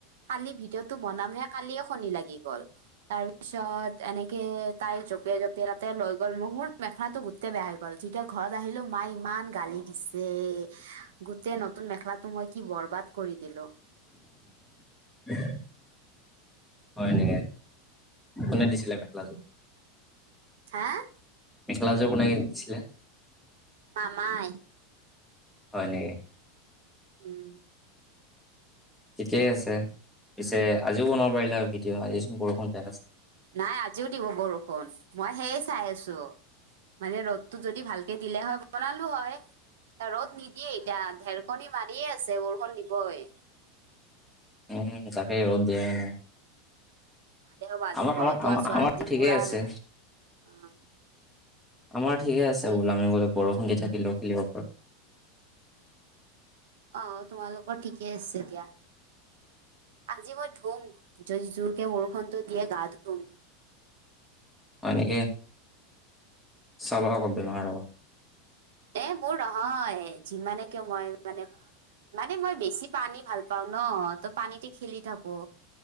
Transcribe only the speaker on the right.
কালি ভিডিঅ'টো বনাম হে কালিয়ে শনি লাগি গ'ল। তাৰ পিছত এনেকে তাই জঁপিয়াই জঁপিয়াই তাতে লৈ গ'ল মোক মোৰ মেখেলাটো গোটেই বেয়া হৈ গ'ল। গ'ল তেতিয়া ঘৰত আহিলো মায় ইমান গালি দিছে গোটেই নতুন মেখেলাটো মই কি বৰবাদ কৰি দিলোঁ।
হা?
মামাই।
উম।
নাই আজিও দিব বৰষুণ, মই সেয়াই চাই আছোঁ। মানে ৰ'দটো যদি ভালকে দিলে হয় বনালো হয়। ৰ'দ নিদিয়ে এতিয়া ঢেৰকণী মাৰিয়ে আছে, বৰষুণ দিবই।
ভালে হ'ব আজি
ঘৰতো
আছো
আজি
পুৰা
অ
আজি
অ, তোমালোকৰ ঠিকে আছে দিয়া। আজি মই ধুম য-জোৰকে বৰষুণতো দিয়ে গাটো ধুম।
এ, মোৰ নহয়, যিমানে কিয় মই মানে মানে মই বেছি পানী ভাল পাওঁ ন' ত, পানীতে খেলি থাকো।